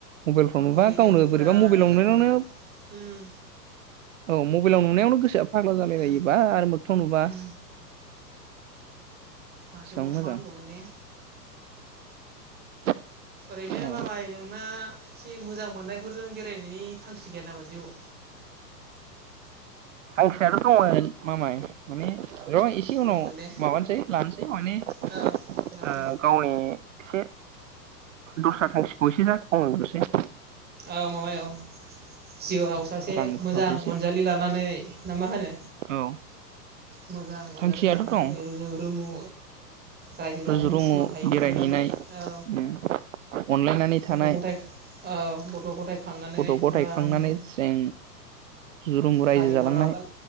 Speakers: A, on the right; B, on the right.
A: मबाइलफ्राव नुबा
B: एरियायावनो
A: गावनो
B: बिराद
A: बोरैबा मबाइलाव
B: मोजां
A: नुनायावनो
B: मोजां जायगा उम
A: औ मबाइल नुनायावनो गोसोआ फाग्ला जालाय
B: उम
A: लायोबा आरो मोखथाङाव नुबा
B: उम माथोबाव
A: बेसेबां मोजां
B: मा होनबावनो ने
A: <inaudible>
B: ओरैनो
A: औ
B: मामाय नोंना एसे मोजां मोननायफोरजों बेरायनायनि थांखि गैया नामा जिउआव?
A: थांखियाथ' दंमोन मामाय। माने र' एसे
B: दंमोन
A: उनाव
B: ने
A: माबानोसै लानोसै माने ओ
B: औ लादो
A: गावनि एसे दस्रा थांखिखौ एसे जाफुं होग्रोनोसै।
B: अ माबायाव जिउआव सासे
A: रां रुफाखौ
B: मोजां
A: एसे
B: अनजालि लानानै ना मा होनो?
A: औ
B: मोजां अनजालि
A: थांखियाथ'
B: लानानै
A: दं
B: रुजु रुमु रायजो जानायनि
A: रुजु-रुमु
B: सिमां थायोने
A: बेरायहैनाय
B: बयहाबो औ
A: उम अनलायनानै
B: गथ'
A: थानाय
B: ग'थाय औ गथ' गथाय खांनानै
A: गथ' गथाय
B: आरामनो।
A: खांनानै जों रुजु-रुमु रायजो
B: गारि
A: जालांनाय
B: गरा आगोल